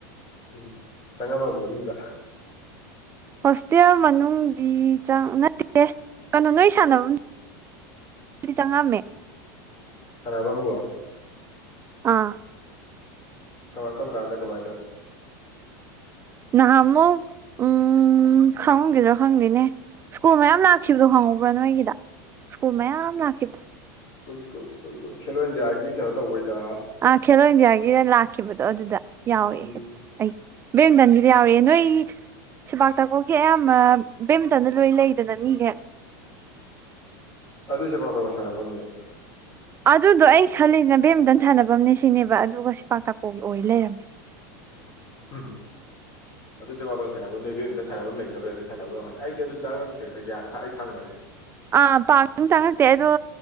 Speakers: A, on the left; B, on the right.
A: ꯎꯝ ꯆꯪꯉꯝꯃꯕ ꯃꯅꯨꯡꯗ
B: ꯍꯣꯁꯇꯦꯜ ꯃꯅꯨꯡꯗꯤ ꯆꯥꯛ ꯅꯠꯇꯦ ꯀꯅꯣ ꯅꯣꯏ ꯁꯥꯟꯅꯕꯝ ꯗꯤ ꯆꯪꯉꯥꯝꯃꯦ
A: ꯁꯥꯟꯅꯕꯝꯕꯨ
B: ꯑꯥ
A: ꯀꯃ ꯀꯔꯝ ꯀꯥꯟꯗ ꯀꯃꯥꯏꯅ
B: ꯅꯍꯥꯟꯃꯨꯛ ꯎꯝ ꯈꯪꯉꯈꯤꯗ꯭ꯔꯣ ꯈꯪꯗꯦꯅꯦ ꯁ꯭ꯀꯨꯜ ꯃꯌꯥꯝ ꯂꯥꯛꯈꯤꯕꯗꯣ ꯈꯪꯍꯧꯕ꯭ꯔꯥ ꯅꯣꯏꯒꯤꯗ ꯁ꯭ꯀꯨꯜ ꯃꯌꯥꯝ ꯂꯥꯛꯈꯤꯕꯗꯣ
A: ꯁꯀ꯭ꯨꯜ ꯁꯀ꯭ꯨꯜ ꯁꯀ꯭ꯨꯜ ꯀꯨꯜ ꯈꯦꯂꯣꯏꯟꯗꯤꯌꯥꯒꯤ ꯀꯩꯅꯣ ꯇꯧꯕꯩꯗ
B: ꯑ ꯈꯦꯂꯣ ꯏꯟꯗꯤꯌꯥꯒꯤꯅ ꯂꯥꯛꯈꯤꯕꯗꯣ ꯑꯗꯨꯗ ꯌꯥꯎꯑꯦ
A: ꯎꯝ
B: ꯑꯗꯨꯗ ꯑꯩ ꯕꯦꯠꯃꯤꯟꯇꯟꯒꯤꯗ ꯌꯥꯎꯔꯛꯑꯦ ꯅꯣꯏ ꯁꯤꯕꯥꯛꯇꯀꯨꯒꯤ ꯑꯌꯥꯝꯕ ꯕꯦꯠꯃꯤꯟꯇꯟꯗ ꯂꯣꯏ ꯂꯩꯗꯅ ꯃꯤꯒꯩ
A: ꯑꯗꯨ ꯁꯦꯄꯥꯛ ꯇꯀꯣ ꯁꯥꯟꯅꯕꯝꯅꯦ
B: ꯑꯗꯨꯗꯣ ꯑꯩ ꯈꯜꯂꯤꯁꯤꯅ ꯕꯦꯠꯃꯤꯟꯇꯟ ꯁꯥꯟꯅꯕꯝꯅꯦ ꯁꯤꯅꯦꯕ ꯑꯗꯨꯒ ꯁꯤ ꯄꯥꯛꯇꯥꯀꯨꯒꯤ ꯑꯣꯏ ꯂꯩꯔꯝꯃꯦ
A: ꯎꯝ ꯑꯗꯨꯁꯨ ꯁꯦꯄꯛꯇꯀꯨ ꯁꯥꯟꯅꯕꯝꯅꯦ ꯕꯦꯠꯃꯤꯟꯇꯣꯟ ꯁꯥꯟꯕꯝ ꯂꯩꯇꯕꯩ ꯑꯗ ꯁꯥꯟꯅꯕ ꯑꯣꯏꯔꯝꯒꯅꯤ ꯑꯩꯗꯤ ꯑꯗꯨ ꯆꯥꯉꯛ <unintelligible> ꯑꯩ ꯈꯪꯉꯔꯣ
B: ꯑ ꯄꯛ ꯆꯥꯉꯛꯇꯦ ꯑꯗꯨ